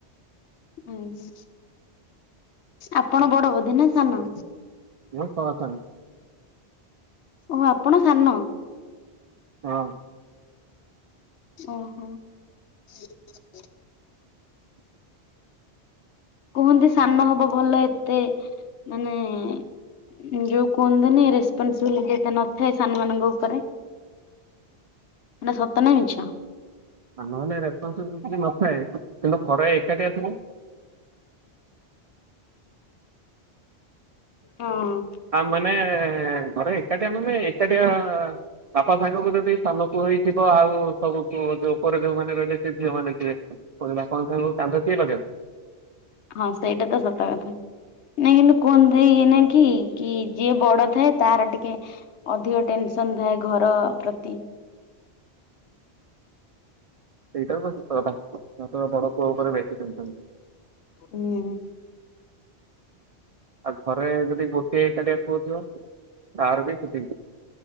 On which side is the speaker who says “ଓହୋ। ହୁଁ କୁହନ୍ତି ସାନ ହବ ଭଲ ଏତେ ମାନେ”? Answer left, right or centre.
Left